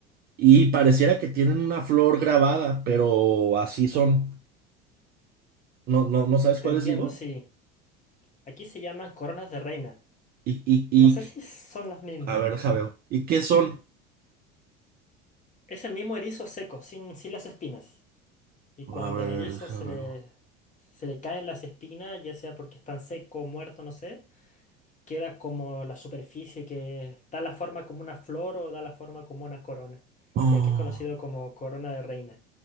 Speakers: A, on the right; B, on the left.
A: y pareciera que tienen una flor grabada, pero así son. ¿No, no, no sabes
B: te
A: cuáles
B: entiendo,
A: digo?
B: sí. Aquí se llaman coronas de reina.
A: Y, y, y,
B: No sé si son las mismas.
A: a ver, deja veo. ¿Y qué son?
B: Es el mismo erizo seco, sin, sin las espinas. Y cuando
A: A ver,
B: el erizo
A: deja
B: se
A: veo.
B: le, se le caen las espinas, ya sea porque están seco, muerto, no sé, queda como la superficie que da la forma como una flor o da la forma como una corona.
A: Oh.
B: Y aquí es conocido como corona de reina.